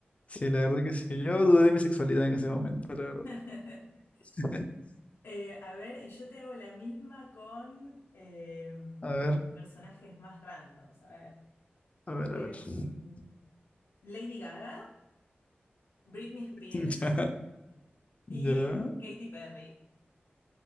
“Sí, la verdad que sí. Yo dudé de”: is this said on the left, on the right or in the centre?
Left